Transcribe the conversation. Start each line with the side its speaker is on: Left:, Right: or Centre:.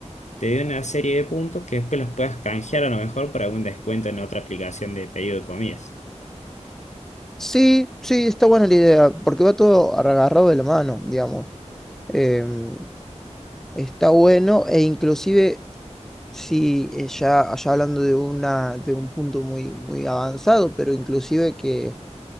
Left: te dé una serie de puntos que después los puedas canjear a lo mejor para algún descuento en otra aplicación de pedido de comidas.
Centre: Sí, sí, está buena la idea, porque va todo agarrado de la mano, digamos. Em, está bueno e inclusive Sí, eh, ya, ya hablando de una, de un punto muy, muy avanzado, pero inclusive que,